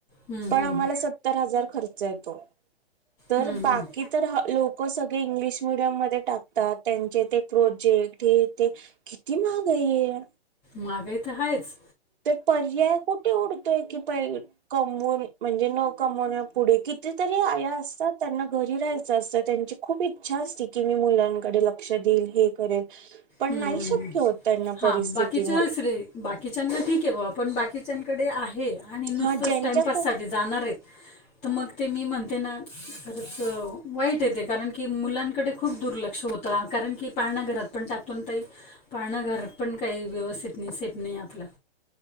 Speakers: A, on the left (about 20°); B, on the right (about 55°).
A: हम्म,
B: पण
A: हम्म,
B: आम्हाला सत्तर हजार खर्च येतो. तर
A: हम्म,
B: बाकी
A: हम्म.
B: तर ह् लोकं सग ळी इंग्लिश मिडियम मध्ये टाकतात, त्यांचे ते प्रोजेक्ट हे ते, किती महागाई ए.
A: महागाई तर हायच.
B: तर पर्याय कुठे उडतोय की पै कमवून म्हणजे न कमवण्या पुढे, किती तरी आया असतात त्यांना घरी राहायचं असतं, त्यांची खूप इच्छा असते की मुलांकडे लक्ष देईल हे करेल. पण
A: हम्म
B: नाही
A: हम्म
B: शक्य
A: हम्म,
B: होत त्यांना
A: हा
B: परिस्थितीमुळे
A: बाकीच्या श बाकीच्यांना ठीक क आहे बाबा, पण बाकीच्यांकडे आहे आणि नुसतंच
B: हा ज्यांच्याक
A: टाइमपास साठी जाणार आहेत.
B: <inaudible>
A: तर मग ते मी म्हणते ना, खरंच वाईट आहे ते कारण की मुलांकडे खूप दुर्लक्ष होत ला कारण की पाळणा घरात पण टा पणं ताई पाळणा घर पण काही व्यवस्थित नाही, सेफ नाही आपलं.